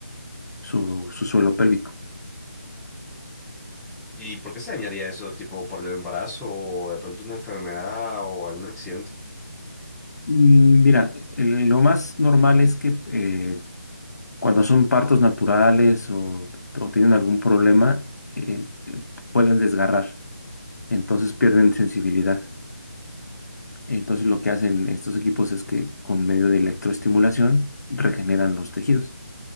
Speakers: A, on the left; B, in the centre.
A: su, su suelo pélvico.
B: ¿Y por qué se dañaría eso, tipo por el embarazo o de pronto una enfermedad o algún accidente?
A: Mm, Mira, el- lo más normal es que eh, cuando son partos naturales o, o tienen algún problema, eh, eh, pueden desgarrar, entonces pierden sensibilidad. Entonces lo que hacen estos equipos es que con medio de electroestimulación regeneran los tejidos